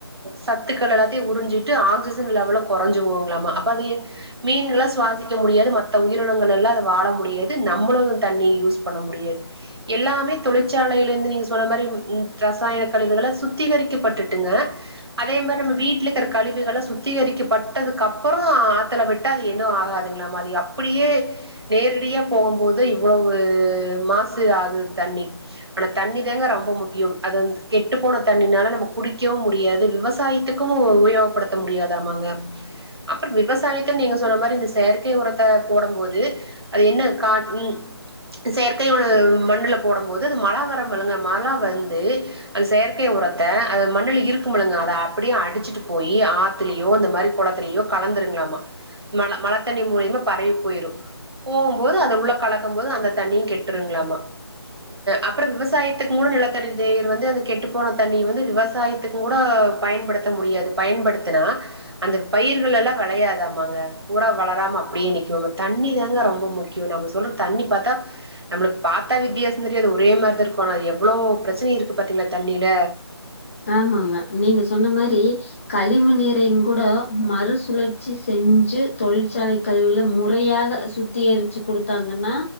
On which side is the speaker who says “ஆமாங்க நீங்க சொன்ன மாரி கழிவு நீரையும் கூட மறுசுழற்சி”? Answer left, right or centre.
Left